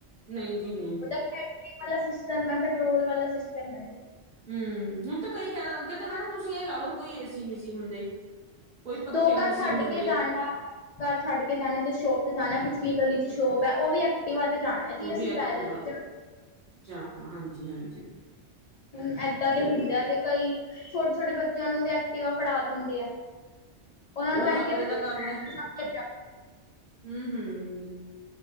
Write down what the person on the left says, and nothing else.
ਓਤਾ ਬੈਟਰੀ ਵਾਲਾ ਸਿਸਟਮ ਐ ਪੈਟਰੋਲ ਵਾਲਾ ਸਿਸਟਮ ਐ ਜੀ।
ਦੋ ਘਰ
ਛੱਡ
ਕੇ ਜਾਣਾ ਘਰ ਛੱਡ ਕੇ ਜਾਣਾ ਤੁਸ ਸ਼ੋਪ ਤੇ ਜਾਣਾ ਪਿਛਲੀ ਗਲੀ ਚ ਸ਼ੋਪ ਐ ਓ ਵੀ ਐਕ ਟਿਵਾ ਤੇ ਜਾਣਾ ਜੀ
ਅਸੀ
ਪੈਦਲ ਨੀ ਜਾਣਾ
ਹੁਨ ਐਦਾਂ ਦੇ
ਹੁੰਦੇ ਆ ਤੇ ਕਈ ਛੋਟੇ ਛੋਟੇ ਬੱਚੇਆਂ ਨੂੰ ਵੀ ਐਕਟੀਿਵਾ ਫੜਾ ਦਿੰਦੇ ਐ। ਓਨਾਂ ਨੂੰ
ਐ
ਨੀ ਕੇਂਦੇ
ਤੁਸੀ
<inaudible>